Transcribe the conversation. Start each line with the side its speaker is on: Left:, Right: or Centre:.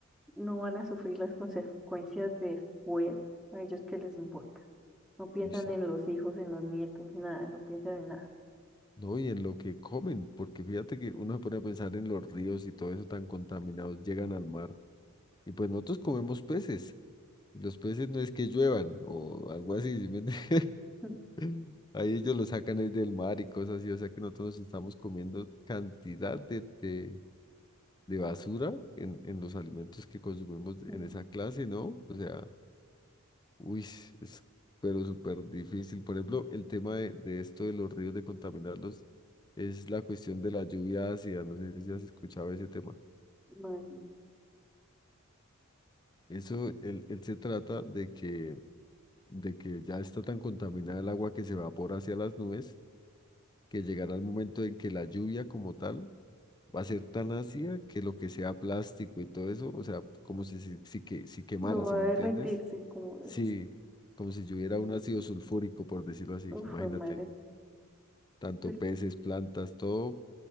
Centre: no van a sufrir las consecuencias de después, a ellos qué les importa. No piensan
Left: Uy,
Centre: en los hijos, en los nietos, nada, no piensan en nada.
Left: No, y en lo que comen, porque fíjate que uno se pone a pensar en los ríos y todo eso tan contaminados, llegan al mar. Y pues nosotros comemos peces. Los peces no es que lluevan o algo así, ¿sí me entiendes?
Centre: <laughs>
Left: <laughs> Ahí ellos los sacan es del mar y cosas así, o sea que nosotros nos estamos comiendo cantidad de, de, de basura en, en los alimentos que consumimos
Centre: Ujú.
Left: en esa clase, ¿no? O sea, Uy, es pero súper difícil. Por ejemplo, el tema de, de esto de los ríos, de contaminarlos, es la cuestión de la lluvia ácida. No sé si has escuchado ese tema.
Centre: Man,
Left: Eso, él, él se trata de que, de que ya está tan contaminada el agua que se evapora hacia las nubes, que llegará el momento en que la lluvia como tal va a ser tan ácida que lo que sea plástico y todo eso, o sea, como si, se- si, que, si quemara,
Centre: lo va
Left: si me
Centre: a derretirse,
Left: entiendes?
Centre: como
Left: Sí,
Centre: es.
Left: como si lloviera un ácido sulfúrico, por decirlo así,
Centre: Uf,
Left: imagínate.
Centre: fue madre,
Left: tanto
Centre: te-
Left: peces, plantas, todo.